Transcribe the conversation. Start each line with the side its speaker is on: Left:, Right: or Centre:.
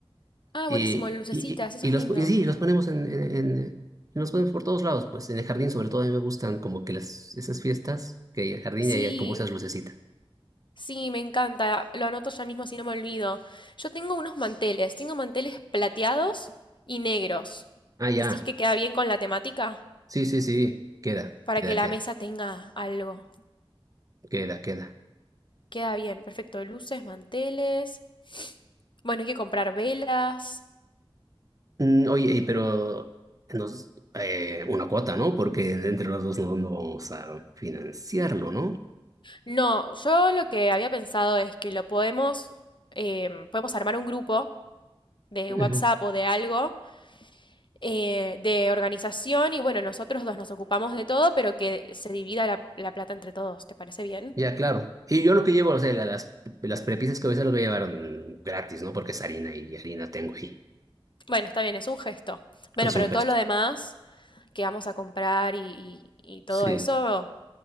Left: Ah,
Right: eh,
Left: buenísimo, lucecitas,
Right: Y, y,
Left: eso
Right: y,
Left: es
Right: los,
Left: lindo.
Right: y sí, los ponemos en, en, en- los ponemos por todos lados, pues en el jardín sobre todo a mí me gustan como que las, esas fiestas que hay en el jardín
Left: Sí,
Right: y hay como esas lucecitas.
Left: Sí, me encanta. Lo anoto ya mismo si no me olvido. Yo tengo unos manteles. Tengo manteles plateados y negros.
Right: Ah, ya.
Left: ¿Decís que queda bien con la temática?
Right: Sí, sí, sí, queda,
Left: Para
Right: queda,
Left: que la
Right: queda,
Left: mesa tenga algo.
Right: queda, queda.
Left: Queda bien. Perfecto. Luces, manteles. Bueno, hay que comprar velas.
Right: Mm, oye, y pero nos, eh, una cuota, ¿no? Porque entre los dos no, no vamos a financiarlo, ¿no?
Left: No, yo lo que había pensado es que lo podemos, em, podemos armar un grupo de
Right: Ujú.
Left: WhatsApp o de algo eh, de organización y bueno, nosotros dos nos ocupamos de todo, pero que se divida la, la plata entre todos, ¿te parece bien?
Right: Ya, claro. Y yo lo que llevo, o sea, la- las, las prepisas que a veces lo voy a llevar mm, gratis, ¿no? Porque es harina y harina tengo y
Left: Bueno, está bien, es un gesto. Bueno,
Right: es
Left: pero
Right: un gesto.
Left: todo lo demás que vamos a comprar y, y- y todo
Right: Sí.
Left: eso,